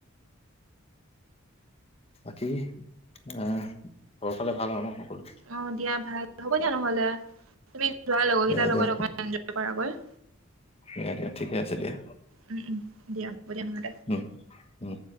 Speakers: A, on the left; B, on the right.
A: বাকী এহ, ঘৰৰ ফালে ভাল হয় ন সকলোৱে?
B: অঁ, দিয়া ভাল হ'ব দিয়া নহ'লে তুমি যোৱা লগৰ
A: দিয়া
B: কেইটাৰ
A: দিয়া
B: লগত অকমান এঞ্জয় কৰাগৈ।
A: দিয়া দিয়া ঠিকে আছে দিয়া।
B: উম উম দিয়া হ'ব দিয়া নহ'লে
A: উম উম।